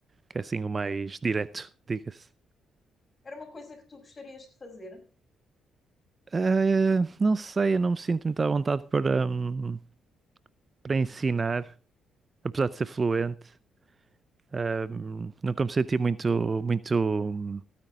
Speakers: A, on the right; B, on the left.
A: que é assim o mais direto, diga-se.
B: Era uma coisa que tu gostarias de fazer?
A: Eh, não sei, eu não me sinto muito à vontade para, hum, para ensinar, apesar de ser fluente. Hum, nunca me senti muito, muito hum,